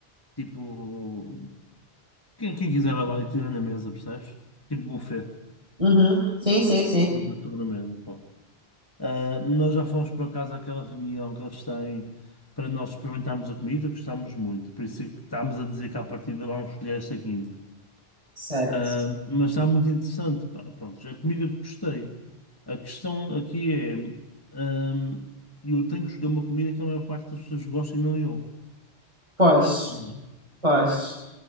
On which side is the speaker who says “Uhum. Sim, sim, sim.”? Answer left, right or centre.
Right